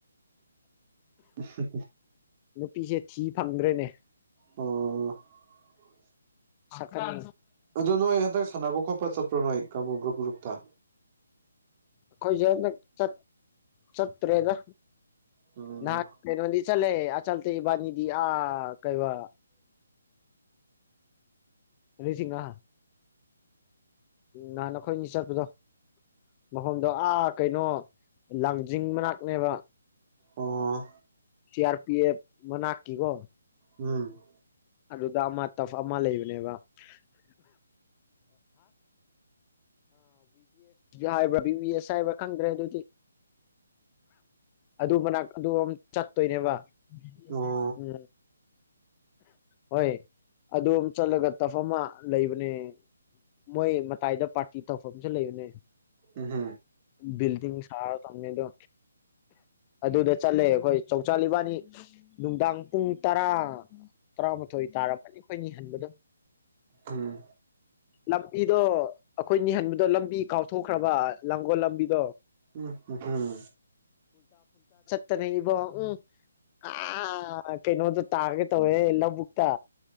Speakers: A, on the right; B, on the left.
A: ꯑ
B: ꯄꯤꯁꯦ ꯊꯤꯞ ꯐꯪꯗ꯭ꯔꯦꯅꯦ
A: ꯑꯣ
B: ꯁꯀ
A: ꯑꯗꯨꯣ ꯅꯣꯏ ꯍꯟꯗꯛ ꯁꯥꯟꯅꯕ ꯈꯣꯠꯄ ꯆꯠꯄ ꯄ꯭ꯔꯅꯣꯏ ꯀꯃꯒ꯭ꯔ ꯄꯨꯔꯨꯨꯞꯥ
B: ꯑꯩꯈ‌ꯣꯏꯁ‌ꯦ ꯍꯟꯗꯛ ꯆꯠ ꯆꯠꯇ꯭ꯔꯦꯗ
A: ꯎꯝ
B: ꯅꯍꯟ ꯀꯩꯅ‌ꯣꯗꯤ ꯆꯠꯂ‌ꯦ ꯆꯇ‌ꯦ ꯏꯕꯥꯅꯤꯗꯤ ꯑ ꯀꯩꯕ ꯑꯗꯨꯁꯤꯡꯅ ꯎ ꯅꯍꯥꯟ ꯅꯈꯣꯏꯅꯤ ꯆꯠꯄꯗꯣ ꯃꯐꯝꯗꯣ ꯑꯥ ꯀꯩꯅꯣ ꯂꯥꯡꯖꯤꯡ ꯃꯅꯥꯛꯅꯦꯕ
A: ꯑꯣ
B: ꯁꯤ ꯑꯔ ꯄꯤ ꯑꯦꯐ ꯃꯅꯥꯛꯀꯤ ꯀꯣ
A: ꯎꯝ
B: ꯑꯗꯨꯗ ꯑꯃ ꯇꯞ ꯑꯃ ꯂꯩꯕꯅꯦꯕꯕꯤꯁ ꯍꯥꯏꯕ꯭ꯔꯥ ꯈꯪꯗ꯭ꯔꯦ ꯑꯗꯨꯗꯤ ꯑꯗꯨ ꯃꯅꯥꯛ ꯑꯗꯨ ꯆꯠꯇꯣꯏꯅꯦꯕ <unintelligible>
A: ꯑꯣ
B: ꯍꯣꯏ ꯑꯗꯨꯝ ꯆꯠꯂꯒ ꯇꯞꯐꯝ ꯑꯃ ꯂꯩꯕꯅꯦ ꯃꯣꯏ ꯃꯇꯥꯏꯗ ꯄꯥꯔꯇꯤ ꯇꯧꯐꯝꯁꯨ ꯂꯩꯕꯅꯦ
A: ꯎꯝ
B: ꯕꯤꯜꯗꯤ ꯊꯔ ꯊꯝꯃꯦ ꯑꯗꯣ ꯑꯗꯨꯗ ꯆꯠꯂꯦ ꯑꯩꯈꯣꯏ ꯆꯧꯆꯥꯥ ꯏꯕꯥꯅꯤ ꯅꯨꯡꯗꯥꯡ ꯄꯨꯡ ꯇꯔꯥ ꯇꯔꯥꯃꯊꯣꯏ ꯇꯥꯔꯅꯤ ꯑꯩꯈꯣꯏꯅꯤ ꯍꯟꯕꯗꯣ
A: ꯎꯝ
B: ꯂꯝꯕꯤꯗꯣ ꯑꯩꯈꯣꯏ ꯅꯤꯍꯟꯕꯗꯣ ꯂꯝꯕꯤ ꯀꯥꯎꯊꯣꯛꯈ꯭ꯔꯕ ꯂꯥꯡꯒꯣꯜ ꯂꯝꯕꯤꯗꯣ
A: ꯎꯝꯝ
B: ꯇꯅꯦ ꯏꯕ ꯎꯝ ꯑ ꯀꯩ ꯅꯣꯗ ꯇꯥꯔꯒꯦ ꯇꯧꯌ‌ꯦ ꯕꯨꯛꯛꯇ